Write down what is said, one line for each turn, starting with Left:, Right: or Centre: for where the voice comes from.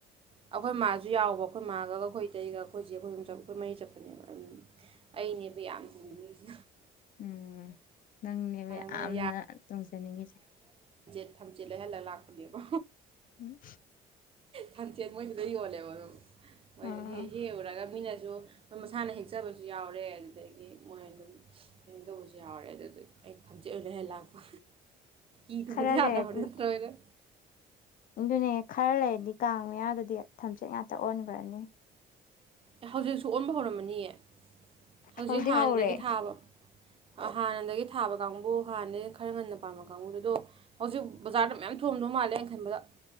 Right: ꯑꯩꯈꯣꯏ ꯃꯥꯁꯨ ꯌꯥꯎꯕ ꯑꯩꯈꯣꯏ ꯃꯥꯒ ꯑꯩꯈꯣꯏꯇꯩꯒ ꯑꯩꯈꯣꯏꯁꯦ ꯑꯩꯈꯣꯏꯗꯝ ꯆꯠꯄ ꯑꯩꯈꯣꯏ ꯃꯔꯤ ꯆꯠꯄꯅꯦꯕ ꯑꯗꯨꯝ ꯑꯩꯅꯦꯕ ꯌꯥꯝ ꯆꯉꯤꯁꯤ
Left: ꯎꯝ ꯅꯪꯅꯦꯕ
Right: ꯃꯣꯏꯅ
Left: ꯌꯥꯝꯅ ꯇꯣꯡꯖꯅꯤꯡꯉꯤꯁꯦ
Right: ꯊꯝꯆꯦ ꯂꯩꯍꯜꯂꯒ ꯂꯥꯛꯄꯅꯦꯕ
Left: ꯎꯝ
Right: ꯊꯝꯨ ꯦꯛ ꯃꯣꯏꯗꯤꯗ ꯋꯥꯣꯂꯦꯕꯣ <unintelligible>
Left: ꯑꯥ
Right: ꯍꯦꯛꯎꯨꯔꯒ ꯃꯤꯅ ꯑꯗꯨ ꯃꯁꯥꯅ ꯍꯦꯛꯆꯕꯁꯨ ꯌꯥꯎꯔꯦ ꯑꯗꯨꯗꯒꯤ ꯃꯣꯏ ꯑꯗꯨꯝ ꯀꯃꯩꯅꯅ ꯇꯧꯕꯁꯨ ꯌꯥꯎꯔꯦ ꯑꯗꯨꯗ ꯑ ꯊꯝꯖꯦꯠ ꯑꯣꯏꯅ ꯍꯦꯛ ꯂꯥꯛꯄ ꯏ ꯇꯖꯤꯦ
Left: ꯈꯔ
Right: ꯌꯥꯗ
Left: ꯂꯩꯔꯗꯤ
Right: ꯍꯧꯅ ꯇꯣꯏꯔ
Left: ꯑꯗꯨꯅꯦ ꯈꯔ ꯂꯩꯔꯗꯤ ꯀꯥꯡ ꯃꯌꯥꯗꯨꯗꯤ ꯊꯝꯆꯦꯠ ꯉꯥꯛꯇ ꯑꯣꯟꯈ꯭ꯔꯅꯤ
Right: ꯑꯦ ꯍꯧꯖꯤꯛꯁꯨ ꯑꯣꯟꯕ ꯍꯧꯔꯝꯃꯅꯤꯌꯦ ꯍꯧꯖꯤꯛ
Left: ꯍꯧꯗꯤ
Right: ꯍꯥꯟꯅꯗꯒꯤ
Left: ꯍꯧꯔꯦ
Right: ꯊꯥꯕ ꯍꯥꯟꯅꯗꯒꯤ ꯊꯥꯕ ꯀꯥꯡꯕꯨ ꯍꯥꯟꯅꯗꯒꯤ ꯈꯔ ꯉꯟꯅ ꯄꯥꯟꯕꯥꯝꯕ ꯀꯥꯡꯕꯨꯗꯨ ꯑꯗꯣ ꯍꯧꯖꯤꯛ ꯕꯖꯥꯔꯗ ꯃꯌꯥꯝ ꯊꯣꯝꯗꯧ ꯃꯥꯜꯂꯦ ꯑꯩꯅ ꯈꯟꯕꯗ